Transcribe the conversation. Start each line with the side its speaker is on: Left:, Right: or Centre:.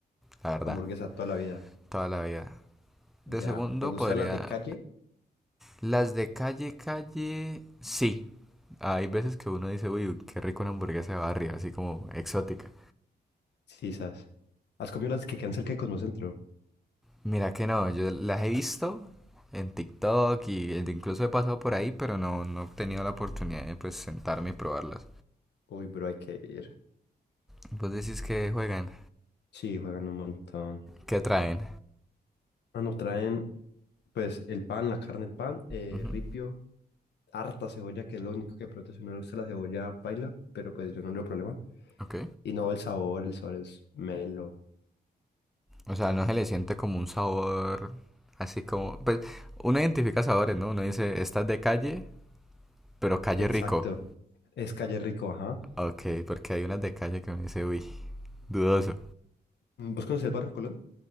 Centre: la verdad,
Left: hamburguesa toda la vida?
Centre: toda la vida. De
Left: Ya.
Centre: segundo
Left: ¿Te gustan
Centre: podría...
Left: las de calle?
Centre: Las de calle, calle, sí. Hay veces que uno dice, uy, qué rico una hamburguesa de barrio, así como exótica.
Left: Sí, esas. ¿Has comido las que quedan cerca de Cosmocentro?
Centre: Mira que no, yo las he visto en TikTok y e incluso he pasado por ahí, pero no, no he tenido la oportunidad de pues sentarme y probarlas.
Left: Uy, bro, hay que ir.
Centre: Vos decís que juegan,
Left: Sí, juegan un montón.
Centre: que traen.
Left: Mano, traen pues el pan, la carne, el pan, eh,
Centre: Ujú,
Left: ripio, harta cebolla, que es lo único que protege. No le gusta la cebolla paila, pero pues yo no tengo problema.
Centre: Ok.
Left: Y no, el sabor, el sabor es melo.
Centre: O sea, no se le siente como un sabor así como... Pues uno identifica sabores, ¿no? Uno dice, esta es de calle, pero calle
Left: Exacto.
Centre: rico.
Left: Es calle rico, ajá.
Centre: Ok, porque hay unas de calle que uno dice, uy, dudoso.
Left: ¿Vos conocés el barrio Colón?